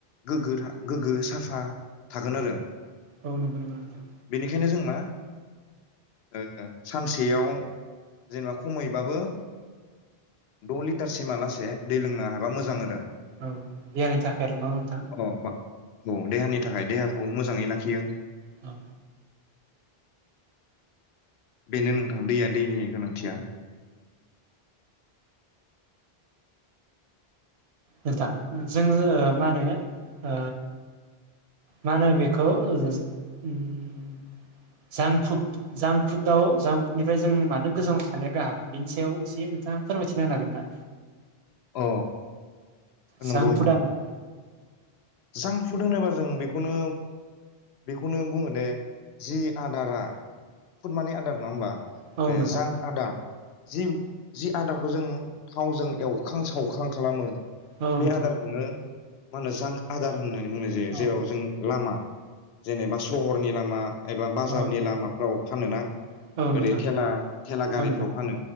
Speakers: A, on the left; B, on the right.
A: गोग्गो था गोग्गो साफा थागोन आरो।
B: औ नंगौ नंगौ नोथां।
A: बेनिखायनो जों मा ओ सानसेयाव जेनेबा खमैबाबो द' लिटारसिमालासे दै लोंनो हाबा मोजां आरो।
B: औ देहानि थाखाय आरो न' नोंथां?
A: अ बा औ देहानि थाखाय देहाखौ मोजाङै लाखियो।
B: औ।
A: बेनो नोंथां दैया दैनि गोनांथिया
B: नोंथां जों ओ मा होनो ओ मा होनो बेखौ ओम जांक फुड जांक फुडआव जांक फुडनिफ्राय जों मानो गोजानाव थानाया गाहाम बेनि सायाव एसे नोंथाङा फोरमायथिना होनो हागोन ना?
A: अ। नंगौ
B: जां
A: नोंथां
B: फुदआ मा?
A: जांक फुड होनोबा जों बेखौनो बेखौनो बुङो दे जि आदारा फुड माने आदारा नङा होमबा?
B: औ
A: बे
B: नोंथां
A: जांकआ दा जि जि आदारखौ जों थावजों एवखां सावखां खालामो
B: औ
A: बे
B: नोंथां
A: आदारखौनो मा होनो जां आदार होननानै बुंनाय
B: औ
A: जायो
B: नोंथां औ
A: जेराव जों लामा जेनेबा सहरनि लामा एबा बाजारनि
B: औ
A: लामाफ्राव फानोना
B: औ औ नोंथां
A: ओरै थेला थेला गारिफोराव
B: औ नोंथां
A: फानो